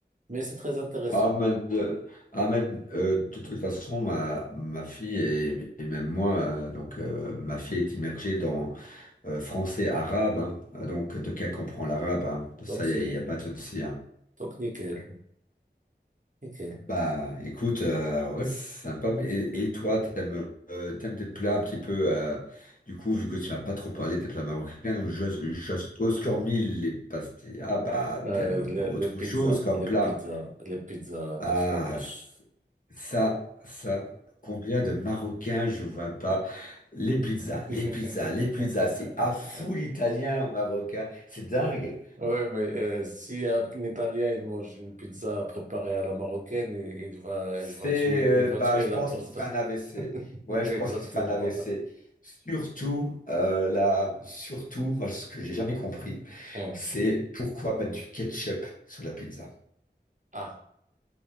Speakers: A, on the right (about 45°); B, on the left (about 45°).
A: Mais c'est très intéressant.
B: Ahmed, euh, Ahmed, euh, de toute façon, ma, ma fille et, et même moi, euh, donc euh, ma fille est immergée dans euh, français arabe, hein. Euh, donc de qu'elle comprend l'arabe, hein. De
A: Donc,
B: ça,
A: c'est,
B: il n'y a, y a pas de souci. hein.
A: donc, nickel. Nickel.
B: Bah, écoute, euh, ouais, c'est sympa. Mais et, et toi, t'aimes euh, t'aimes des plats un petit peu, euh, du coup, vu que tu n'as pas trop parlé des plats marocains, donc je, je suppose qu'hormis les pastilles, ah bah,
A: Euh,
B: t'aimes
A: les,
B: autre
A: les pizzas,
B: chose comme
A: les
B: plat.
A: pizzas, les pizzas à quatre
B: Ah,
A: fromages.
B: c- ça, ça, combien de Marocains je vois pas. Les pizzas,
A: <laughs>
B: les pizzas, les pizzas, c'est à fou l'italien au Marocain, c'est dingue.
A: Oui, mais euh, si un Italien il mange une pizza préparée à la marocaine, il, il va,
B: C'est,
A: il va tuer,
B: euh,
A: il va
B: bah,
A: tuer
B: je
A: la
B: pense
A: personne.
B: qu'il fait un AVC.
A: <laughs>
B: Ouais, je
A: Exactement.
B: pense qu'il se fait un AVC. Surtout, euh, la, surtout, moi, ce que j'ai jamais compris,
A: Oh.
B: c'est pourquoi mettre du ketchup sur la pizza.
A: Ah,